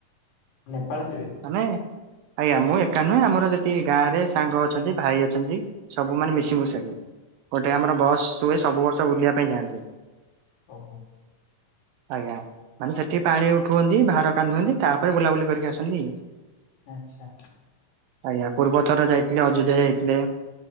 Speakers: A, on the left; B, on the right.
A: ନେପାଳ ଯିବେ
B: ମାନେ ଆଜ୍ଞା ମୁଁ ଏକା ନୁହେଁ ଆମର ଯଠି ଗାଁ ରେ ସାଙ୍ଗ ଅଛନ୍ତି ଭାଇ ଅଛନ୍ତି, ସବୁମାନେ ମିଶିମଶାକୁ- ଗୋଟେ ଆମର ବସ୍ ହୁଏ, ସବୁ ବର୍ଷ ବୁଲିବା ପାଇଁ ଯାଆନ୍ତି।
A: ଓହୋ।
B: ଆଜ୍ଞା ମାନେ ସେଠି ପାଣି ଉଠୁନ୍ତି ବାହାର କାନ୍ଦୁଅନ୍ତି, ତାପରେ ବୁଲାବୁଲି କରିକି ଆସନ୍ତି।
A: ଆଛା।
B: ଆଜ୍ଞା ପୂର୍ବ ଥର ଯାଇଥିଲେ ଅଯୋଧ୍ୟା ଯାଇଥିଲେ